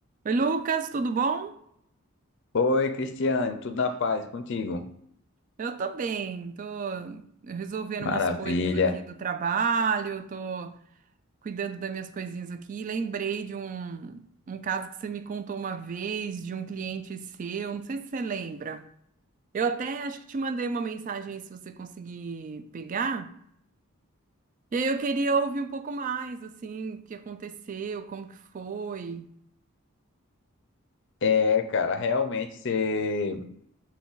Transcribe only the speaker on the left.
Oi, Cristiane, tudo na paz e contigo?
Maravilha.
É, cara, realmente você...